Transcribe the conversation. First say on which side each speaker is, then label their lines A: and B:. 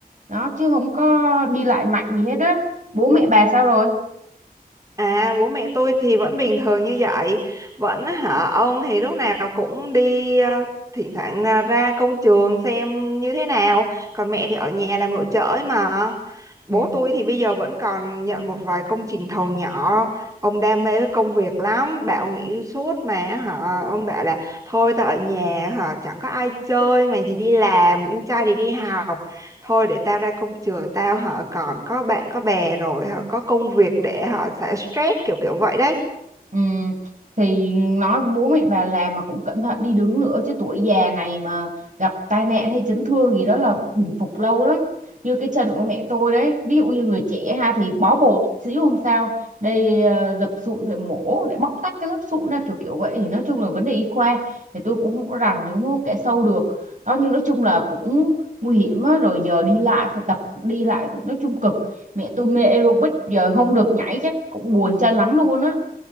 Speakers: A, on the right; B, on the right.
A: đó chứ không có đi lại mạnh gì hết á bố mẹ bà sao rồi
B: À, bố mẹ tôi thì vẫn bình thường như vậy. Vẫn hả ông thì lúc nào cũng đi ờ, thỉnh thoảng ờ, ra công trường xem như thế nào. Còn mẹ thì ở nhà làm nội trợ ấy mà. Bố
A: Ừ.
B: tôi thì bây giờ vẫn còn nhận một vài công trình thầu nhỏ. Ông đam mê với công việc lắm. Bảo nghỉ suốt mà hả ông bảo là thôi tao ở nhà hả chẳng có ai chơi, mày thì đi làm, em trai thì đi học thôi để tao ra công trường tao họ còn có bạn có bè rồi họ có công việc để họ sẽ stress kiểu kiểu vậy đấy
A: Ừ, thì nói bố mẹ bà làm mà cũng cẩn thận đi đứng nữa chứ tuổi già này mà gặp tai nạn hay chấn thương gì đó là bình phục lâu lắm như cái chân của mẹ tôi đấy ví dụ như người trẻ ha thì bó bột xíu không sao đây ờ, dập sụn phải mổ để bóc tách cái lớp sụn ra kiểu kiểu vậy thì nói chung là vấn đề y khoa thì tôi cũng không có rành nếu không có kẻ sâu được đó nhưng nói chung là cũng nguy hiểm á. rồi giờ đi lại phải tập đi lại nói chung cực mẹ tôi mê aerobic giờ không được nhảy chắc cũng buồn chân lắm luôn á